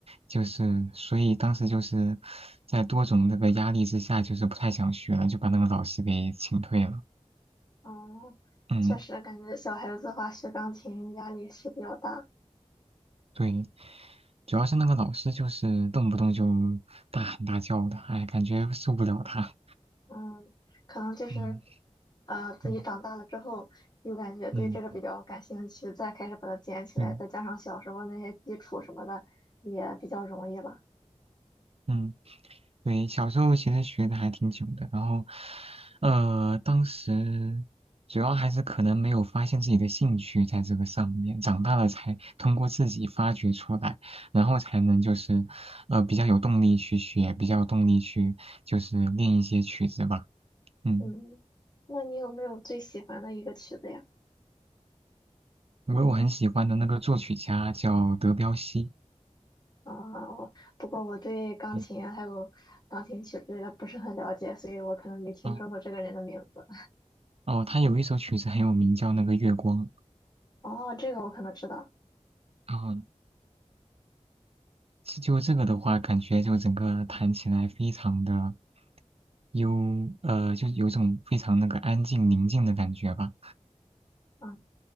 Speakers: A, on the right (about 55°); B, on the left (about 35°).
A: 就是所以当时就是在多种那个压力之下，就是不太想学了，就把那个老师给请退了。
B: 哦，
A: 嗯，
B: 确实感觉小孩子的话学钢琴压力是比较大。
A: 对，主要是那个老师就是动不动就大喊大叫的，哎，感觉受不了他。
B: 嗯，可能就是
A: 嗯
B: 啊、自己长大了之后又感觉对这个比较感兴趣，
A: 嗯嗯，
B: 再开始把它捡起来，
A: 对，
B: 再加上小时候那些基础什么的也比较容易了。
A: 嗯。对，小时候其实学的还挺久的，然后，呃，当时主要还是可能没有发现自己的兴趣在这个上面，长大了才通过自己发掘出来，然后才能就是，呃，比较有动力去学，比较有动力去就是练一些曲子吧。嗯，
B: 嗯，那你有没有最喜欢的一个曲子呀？
A: 因为我很喜欢的那个作曲家叫德彪西，
B: 啊、我不过我对钢琴还有钢琴曲之类的不是很了解，
A: 嗯
B: 所以我可能没听说过这个人的名字。
A: 哦哦，他有一首曲子很有名，叫那个月光。
B: 哦，这个我可能知道。
A: 啊。就这个的话，感觉就整个弹起来非常的。有呃，就有种非常那个安静宁静的感觉吧。
B: 哦，